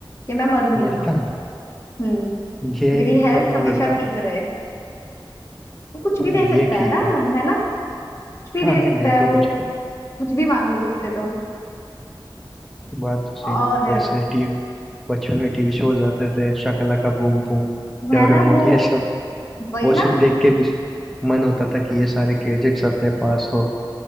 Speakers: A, on the left; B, in the centre.
A: मैं मरूं
B: मरता
A: ही ना हम्म
B: ये
A: मेरी हेल्थ
B: तो
A: हमेशा
B: मरता
A: ठीक रहे वो कुछ
B: हाँ
A: भी दे
B: ये
A: सकता
B: ठीक
A: है ना
B: है
A: है ना कुछ भी
B: हाँ
A: दे
B: हाँ
A: सकता
B: दे
A: है
B: तो
A: वो
B: कुछ
A: कुछ भी मांग लो उससे तो
B: बात तो सही
A: और
B: है
A: अ,
B: वैसे टीवी बचपन में टीवी शोज आते थे शाकालाका बूम बूम
A: मैं
B: डोरेमोन
A: ना वो
B: ये सब
A: वही
B: वो
A: ना
B: सब देख के भी मन होता था कि ये सारे गैजेट्स अपने पास हो